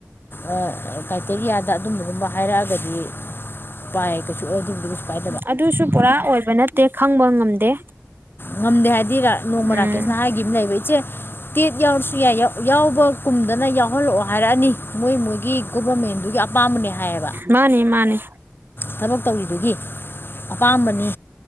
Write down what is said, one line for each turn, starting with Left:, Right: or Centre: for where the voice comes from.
Left: ꯑ ꯀ꯭ꯔꯥꯏꯇꯦꯔꯤꯌꯥꯗ ꯑꯗꯨꯝꯕꯒꯨꯝꯕ ꯍꯥꯏꯔꯛꯑꯒꯗꯤ ꯄꯥꯏ ꯀꯩꯁꯨ ꯑ ꯑꯗꯨꯕꯧꯗꯤ ꯀꯩꯁꯨ ꯀꯥꯢ
Right: ꯎꯝ ꯑꯗꯨꯁꯨ ꯄꯨꯔꯥ ꯑꯣꯏꯕ ꯅꯠꯇꯦ ꯈꯪꯕ ꯉꯝꯗꯦ
Left: ꯉꯝꯗꯦ ꯍꯥꯏꯗꯤ ꯔ ꯅꯣꯡꯃ
Right: ꯎꯝ
Left: ꯔꯥꯀꯦꯁꯅ ꯍꯥꯏꯈꯤꯕꯃ ꯂꯩꯕ ꯏꯆꯦ ꯇꯦꯠ ꯌꯥꯎꯔꯁꯨ ꯌꯥꯏ ꯌꯥꯎꯕ ꯀꯨꯝꯗꯅ ꯌꯥꯎꯍꯜꯂꯛꯑꯣ ꯍꯥꯏꯔꯛꯑꯅꯤ ꯃꯣꯏ ꯃꯣꯏꯒꯤ ꯒꯣꯕꯔꯃꯦꯟꯗꯨꯒꯤ ꯀꯄꯥꯝꯕꯅꯦ ꯍꯥꯏꯌꯦꯕ
Right: ꯃꯥꯅꯤ ꯃꯥꯅꯤ
Left: ꯊꯕꯛ ꯇꯧꯔꯤꯗꯨꯒꯤ ꯑꯄꯥꯝꯕꯅꯤ